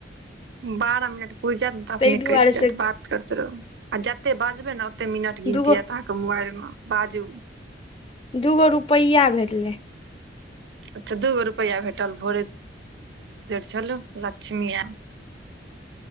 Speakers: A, on the right; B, on the left.
A: बारह मिनट पुर जायत ने तऽ अपने
B: ताहि दुआरे
A: कटि जायत
B: से
A: बात करते रहू आ जते बजबे ने ओते ओते मिनट गिनती
B: दूगो
A: हैत अहाँके मोबाइल मे बाजू।
B: दूगो रुपैआ भेटलै।
A: अच्छा दूगो रुपैआ भेटल भोरे <unintelligible> छललू लक्ष्मी एल